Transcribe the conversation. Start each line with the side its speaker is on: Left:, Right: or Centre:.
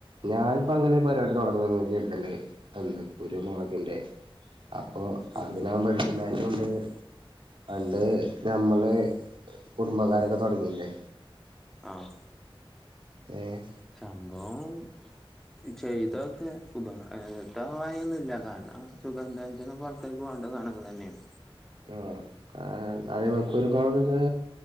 Right: ഞാനിപ്പങ്ങനെ ഒരു പരിപാടി തെടർന്നങ്കി ട്ടന്നെ. എല്ല കുരുമെളകിന്റെ അപ്പൊ
Centre: ഉം
Right: അതിനാവേണ്ടി. നെല്ലുണ്ട് പണ്ട് നമ്മള് കുടുംബക്കാരൊക്കെ തുടങ്ങില്ലേ.
Centre: ആഹ്
Right: ഏഹ്.
Centre: സംഭവം. ചെയ്തൊക്കെ ഉപക തമായെന്നുല്ല കാണം സുഗന്ധഞ്ചനപ ക്കെൻക്ക് വാണ്ട സാനങ്ങളെ ന്നെണ്.
Right: എം ആഹ് അതെപേലക്കെരു.
Centre: ഉം
Right: മെളക് ത്